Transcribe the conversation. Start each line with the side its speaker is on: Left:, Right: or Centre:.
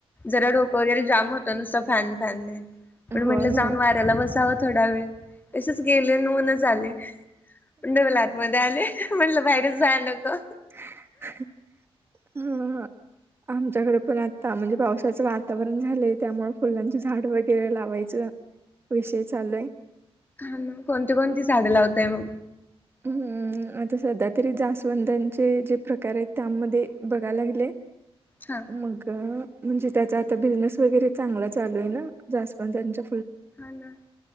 Left: जरा डोकं वगैरे जाम होत नुसत फॅन फॅनने. म्हणून
Right: होय
Left: म्हटलं
Right: होय
Left: जाऊन वाऱ्याला बसावं थोडा वेळ तसच गेले न ऊनच आले. डवल आतमध्येध्ये आले म्हटलं बाहेरच जाय नको.
Right: <unintelligible> ह ह आमच्याकडे पण आता म्हणजे पावसाचं वातावरण झालंय त्यामुळे फुलां झाड वगैरे लावायचं विषय चालू आहे.
Left: हा ना कोणती कोणती झाड लावताय म.
Right: हम. आता सध्या तरी जासवंदांचे जे प्रकार आहेत त्यामध्ये बघायला लागले.
Left: हा
Right: मग. म्हणजे त्याचा आता बिझनेस वगैरे चांगला चालू आहे ना जास्वंदाच्या
Left: हा ना